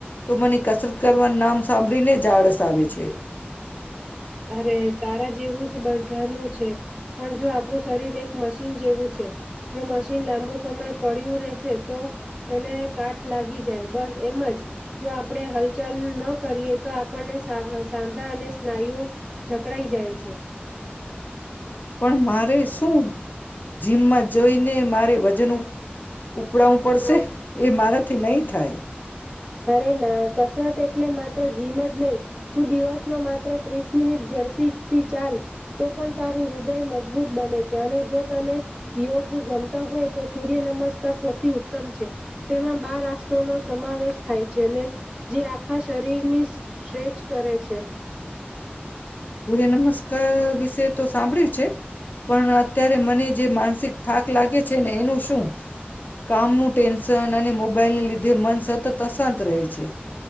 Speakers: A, on the left (about 50°); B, on the right (about 25°).
A: તો મને કસરત કરવાનું નામ સાંભળીને જ આળસ આવે છે.
B: અરે, તારા જેવું જ બધાનું છે પણ જો આપણું શરીર એક મશીન જેવું છે જો મશીન લાંબો સમય પડયું રહેશે તો તેને કાટ લાગી જાય બસ એમ જ જો આપણે હલચલ ન કરીએ તો આપણને સા સાંધા અને સ્નાયુઓ જકડાઈ જાય છે.
A: પણ મારે શું જીમમાં જઈને મારે વજન ઉપડાવું પડશે
B: હ
A: એ મારાથી નહીં થાય.
B: અરે ના કસરત એટલે માત્ર જીમ જ નહીં તું દિવસમાં માત્ર ત્રીસ મિનિટ ઝડપીથી ચાલ તો પણ તારું હૃદય મજબૂત બને છે અને જો તને યોગ ગમતા હોય તો સૂર્યનમસ્કાર સૌથી ઉત્તમ છે તેમાં બાર આસનોનો નો સમાવેશ થાય છે જે આખા શરીરની સ્ટ્રેચ કરે છે.
A: સૂર્યનમસ્કાર વિશે તો સાંભળ્યું છે પણ અત્યારે મને જે માનસિક થાક લાગે છે ને એનું શું? કામનું ટેન્શન અને મોબાઈલને લીધે મન સતત અશાંત રહે છે.